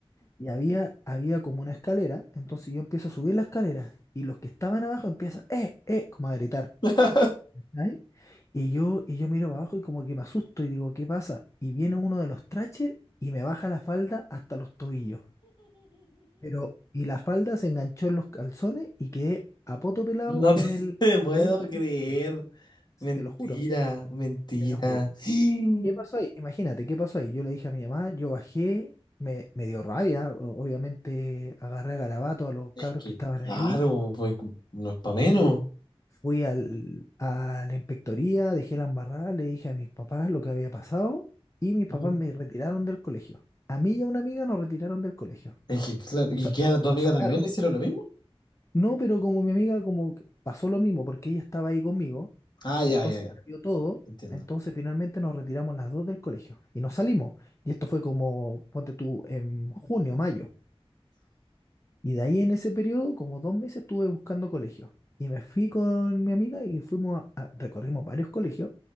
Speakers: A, on the left; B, on the left.
A: Y había, había como una escalera, entonces yo empiezo a subir la escalera y los que estaban abajo empiezan, eh, eh, como a gritar.
B: <laughs>
A: ¿cachai? Y yo, y yo miro para abajo y como que me asusto y digo, ¿qué pasa? Y viene uno de los Thrasher y me baja la falda hasta los tobillos. Pero, y la falda se enganchó en los calzones y quedé a poto pelado
B: No te
A: en
B: <laughs>
A: el,
B: te puedo
A: al medio
B: creer.
A: del colegio.
B: Mentira,
A: Te lo juro,
B: mentira.
A: te lo juro.
B: <gasps>
A: ¿Qué pasó ahí? Imagínate, ¿qué pasó ahí? Yo le dije a mi mamá, yo bajé, me, me dio rabia, o- obviamente agarré a garabato a los
B: Es
A: cabros
B: que,
A: que estaban
B: claro,
A: ahí,
B: pues no es para menos.
A: fu- fui al, a la inspectoría, dejé la embarrada, le dije a mis papás lo que había pasado y mis papás
B: Ujú.
A: me retiraron del colegio. A mí y a una amiga nos retiraron del colegio,
B: Es que, claro,
A: o
B: ¿y
A: sea,
B: qué
A: nos,
B: a tu
A: nos
B: amiga
A: sacaron.
B: también le hicieron lo mismo?
A: No, pero como mi amiga como que pasó lo mismo porque ella estaba ahí conmigo.
B: Ah, ya,
A: Entonces
B: ya, ya.
A: ya vio todo.
B: Entiendo.
A: Entonces finalmente nos retiramos las dos del colegio y nos salimos. Y esto fue como, ponte tú, en junio, mayo. Y de ahí en ese periodo, como dos meses, estuve buscando colegios. Y me fui con mi amiga y fuimos a, a- recorrimos varios colegios.